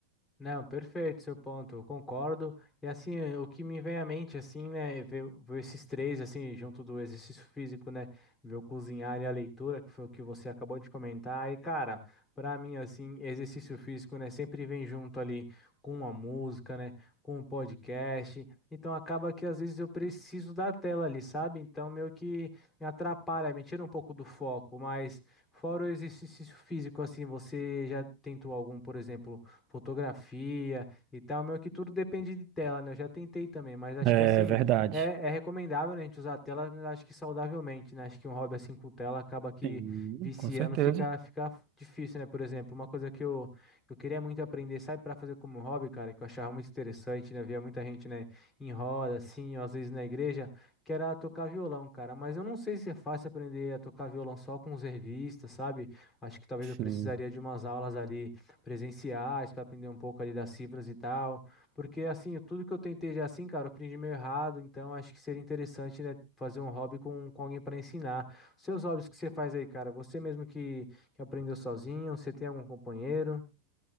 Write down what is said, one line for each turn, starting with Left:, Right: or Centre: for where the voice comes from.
Left: Não, perfeito, seu ponto, eu concordo. E assim, eh, o que me vem à mente, assim, né, ver, ver esses três, assim, junto do exercício físico, né, ver o cozinhar e a leitura, que foi o que você acabou de comentar. E, cara, pra mim, assim, exercício físico, né, sempre vem junto ali com uma música, né, com um podcast. Então, acaba que às vezes eu preciso da tela ali, sabe? Então, meio que me atrapalha, me tira um pouco do foco. Mas, fora o exercício físico, assim, você já tentou algum, por exemplo, fotografia e tal. Meio que tudo depende de tela, né? Eu já tentei também, mas acho
Right: É
Left: que assim,
Right: verdade.
Left: é, é recomendável, né, a gente usar a tela, mas acho que saudavelmente, né? Acho que um hobby assim com tela acaba que
Right: Sim,
Left: viciando
Right: com certeza.
Left: fica, fica difícil, né? Por exemplo, uma coisa que eu, que eu queria muito aprender, sabe, para fazer como hobby, cara, que eu achava muito interessante, né? Via muita gente, né, em roda, assim, ou às vezes na igreja, que era tocar violão, cara. Mas eu não sei se é fácil aprender a tocar violão só com os revistas, sabe? Acho que talvez
Right: Sim.
Left: eu precisaria de umas aulas ali presenciais para aprender um pouco ali das cifras e tal. Porque assim, tudo que eu tentei já assim, cara, eu aprendi meio errado, então acho que seria interessante, né, fazer um hobby com, com alguém para ensinar. Seus hobbies que você faz aí, cara, você mesmo que, que aprendeu sozinho, você tem algum companheiro?